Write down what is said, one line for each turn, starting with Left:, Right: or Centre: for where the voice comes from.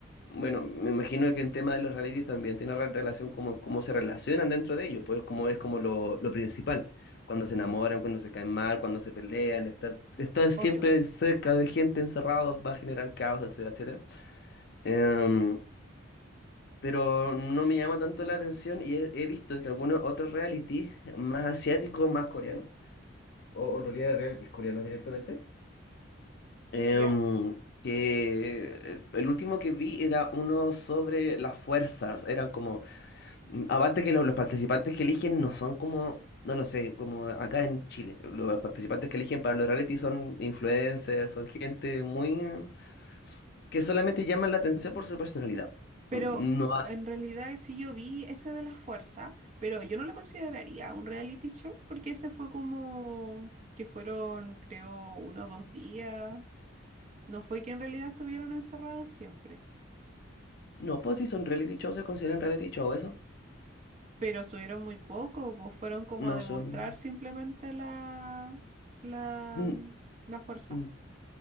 Left: bueno, me imagino que el tema de los realities también tiene re- relación como cómo se relacionan dentro de ellos, pues como es como lo, lo principal. Cuando se enamoran, cuando se caen mal, cuando se pelean, estar, estar siempre
Right: Obvio,
Left: cerca de gente encerrado va a generar caos, etcétera, etcétera. Em, pero no me llama tanto la atención y he, he visto que algunos otros reality, más asiáticos, más coreanos, o en realidad realities coreanos directamente, em,
Right: ¿ya?
Left: que el el último que vi era uno sobre las fuerzas, eran como, mm, aparte que lo- los participantes que eligen no son como, no lo sé, como acá en Chile, los participantes que eligen para los reality son influencers, son gente muy, que solamente llaman la atención por su personalidad.
Right: Pero
Left: Mm, No
Right: en realidad sí yo vi ese de la fuerza, pero yo no lo consideraría un reality show porque ese fue como que fueron, creo, uno o dos días. No fue que en realidad estuvieron encerrados siempre,
Left: No, pues si son reality shows, se consideran reality show eso.
Right: pero estuvieron muy poco, pues fueron como
Left: No
Right: a demostrar
Left: son.
Right: simplemente la, la,
Left: mm,
Right: la fuerza.
Left: mm,